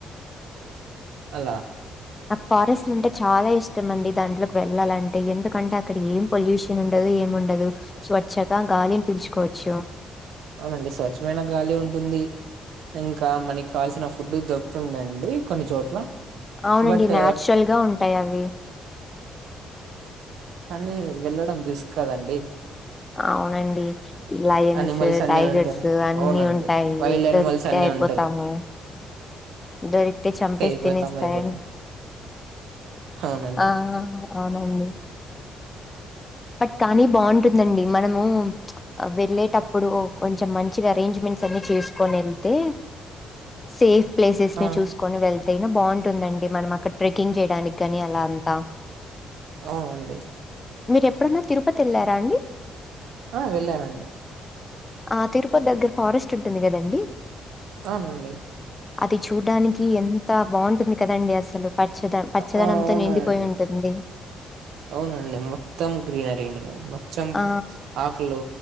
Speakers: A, on the right (about 80°); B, on the left (about 20°).
A: అలా
B: నాకు ఫారెస్ట్లు అంటే చాలా ఇష్టం అండి దాంట్లోకి వెళ్ళాలంటే ఎందుకంటే అక్కడ ఏం పొల్యూషన్ ఉండదు ఏం ఉండదు స్వచ్చగా గాలిని పిల్చుకోవచ్చు
A: అవునండి స్వచ్ఛమైన గాలి ఉంటుంది ఇంకా మనకి కావల్సిన ఫుడ్ దొరుకుతుందండి కొన్ని చోట్ల.
B: అవునండి
A: బట్
B: నాచురల్ గా ఉంటాయి అవి
A: కానీ వెళ్ళడం రిస్క్ కదండి.
B: అవునండి లయన్స్,
A: అనిమల్స్ అన్ని
B: టైగర్స్
A: ఉంటాయి
B: అన్నీ
A: అవునండి
B: ఉంటాయి,
A: వైల్డ్
B: ఇవి
A: అనిమల్స్
B: దొరికితే
A: అన్ని
B: అయిపోతాము.
A: ఉంటాయి
B: దొరికితే చంపేసి
A: అయిపోతాం
B: తినేస్తాయ్
A: అయిపోతాం
B: అండ్,
A: అవునండి
B: ఆ అవునండి బట్ కానీ బాగుంటుందండి, మనము ప్చ్ వెళ్ళేటప్పుడు కొంచెం మం మంచిగా ఆరెంజ్మెంట్స్ అన్నీ చేసుకొని ఎళ్తే, సేఫ్ ప్లేసెస్
A: ఆ
B: ని చూసు కోని వెళ్తేగినా బాగుంటుందండి, మనం అక్కడ ట్రెకింగ్ చేయడానికి గని అలా అంతా.
A: అవునండి
B: మీరెప్పుడన్నా తిరుపతి వెళ్ళారా అండి?
A: ఆ వెళ్ళానండి
B: ఆ తిరుపతి దగ్గర ఫారెస్ట్ ఉంటుంది కదండి?
A: అవునండి
B: అది చూడడానికి ఎంత బాగుంటుంది కదండి అసలు పట్ చదం పచ్చదనంతో
A: ఆ అవునండి
B: నిండిపోయి ఉంటుంది.
A: అవునండి మొత్తం గ్రీనరీనే మొచ్చం
B: ఆ!
A: ఆక్ కు,